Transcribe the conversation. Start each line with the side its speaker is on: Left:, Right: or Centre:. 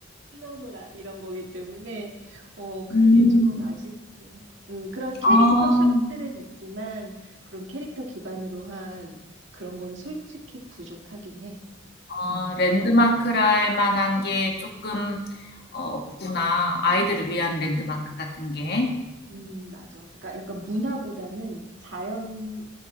Right: 뛰어노라 이런 거기 때문에 어 그게
Left: 음.
Right: 조금 아쉽지. 음, 그런 캐릭터
Left: 아.
Right: 샵들은 있지만 그런 캐릭터 기반으로 한 그런 건 솔직히 부족하긴 해.
Left: 어,
Right: 음.
Left: 랜드마크라 할 만한 게 조금 어, 없구나. 아이들을 위한 랜드마크 같은 게.
Right: 음, 맞아. 그러니까 약간 문화보다는 자연을